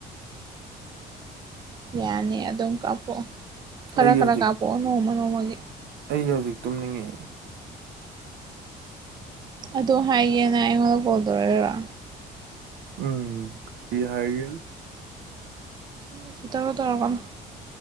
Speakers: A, on the right (about 25°); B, on the right (about 80°).
A: ꯌꯥꯅꯤ ꯑꯗꯨꯝ ꯀꯥꯞꯄꯣꯛꯑꯣ ꯈꯔ
B: ꯑꯩ
A: ꯈꯔ
B: ꯍꯧꯖꯤꯛ
A: ꯀꯥꯞꯄꯣꯛꯑꯣ ꯅꯣꯡꯃ ꯅꯣꯡꯃꯒꯤ
B: ꯑꯩ ꯍꯧꯖꯤꯛ ꯇꯨꯝꯅꯤꯡꯉꯛꯑꯦ
A: ꯑ ꯍꯥꯏꯒꯦꯅ ꯑꯩꯉꯣꯟꯗ ꯀꯣꯜ ꯇꯧꯔꯛꯏꯔꯥ
B: ꯎꯝ ꯍ ꯍꯥꯏꯒ
A: ꯎꯆ ꯇꯔ ꯇꯔꯀꯅ